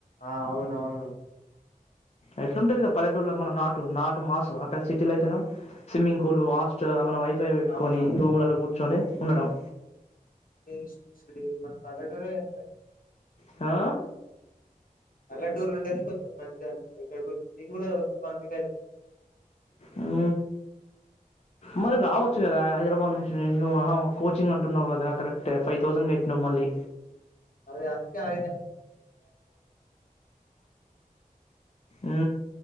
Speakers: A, on the left (about 70°); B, on the left (about 45°).
A: ఆ అవును అవును
B: ఎట్లుంటది కద పల్లెటూరులో మన నాటు నాటు మాసు అక్కడ సిటీలో అయితేన స్విమ్మింగ్ పూల్ హాస్టల్ మన వైఫ్ పెట్టుకొని
A: అవును.
B: రూమ్లలో కూర్చొని ఉండడం
A: ఏస్ మన పల్లెటూరే ఎంతయినా
B: ఆ
A: పల్లెటూర్ ఉండేనే కొంచెం మంచిగ ఇక్కడికి వచ్చి నేను కూడా కద
B: ఆ మరి రావచ్చు కదా హైదరాబాద్ నుంచి కోచింగ్ అంటున్నావు కదా కరెక్ట్ ఏ ఫైవ్ థౌజండ్గా ఎట్టిినవు మళ్ళీ
A: అదే అందుకే ఆయనయి
B: ఉ